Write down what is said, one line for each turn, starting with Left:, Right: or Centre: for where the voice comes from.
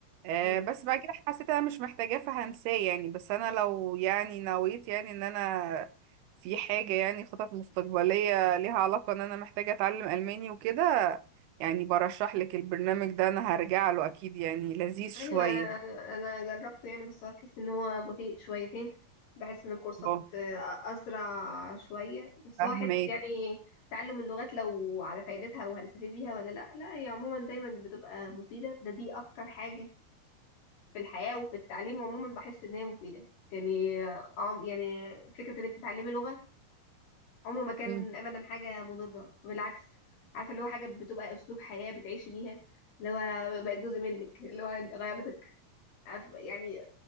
Right: آه،
Left: مم.
Right: بس بعد كده حسيت انا مش محتاجاه فهنساه يعني بس انا لو يعني نويت يعني ان انا في حاجة يعني خطط مستقبلية ليها علاقة ان انا محتاجة اتعلم الماني وكده يعني برشح لك البرنامج ده انا هرجع له اكيد يعني لذيذ شوية
Left: ايوه انا انا أنا جربته يعني بس هتحس ان هو بطيء شويتين بحس ان الكورسات
Right: اه
Left: آه، اسرع شويه بس
Right: فاهمك
Left: هو حته يعني تعلم اللغات لو على فايدتها وهنستفيد بيها ولا لا لا هي عموما دايما بتبقى مفيده ده دي اكتر حاجه في الحياة وفي التعليم عموما بحس ان هي مفيدة يعني عم يعني فكرة انك تتعلمي لغة عمره ما كان
Right: مم.
Left: ابدا حاجة مضرة بالعكس عارفة اللي هو حاجة بتبقى اسلوب حياة بتعيشي بيها اللي هو بقت جزء منك اللي هو غيرتك عارف- يعني